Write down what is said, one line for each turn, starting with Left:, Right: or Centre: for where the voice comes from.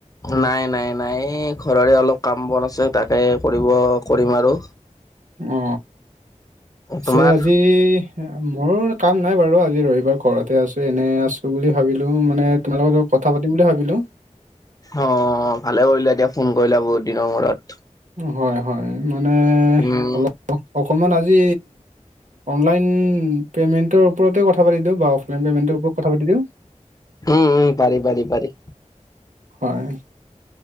Left: নাই, নাই, নাই। এ ঘৰৰে অলপ কাম-বন আছে। তাকে কৰিব কৰিম আৰু।
Right: অ, পিছে
Left: তোমাৰ
Right: আজি মৰো কাম নাই বাৰু। আজি ৰবিবাৰ ঘৰতে আছো, এনে আছো বুলি ভাবিলো মানে তোমালোকক <unintelligible> কথা পাতিম বুলি ভাবিলো।
Left: অ ভালে কৰিলা এতিয়া ফোন কৰিলা বহুত দিনৰ মূৰত।
Right: হয়, হয়, মানে
Left: উম
Right: অলপ। অ অকণমান আজি অনলাইন পে'মেণ্টৰ ওপৰতে কথা পাতি দিওঁ বা। পেমেট কথা পাতি দিওঁ।
Left: উম উম পাৰি পাৰি পাৰি
Right: হয়,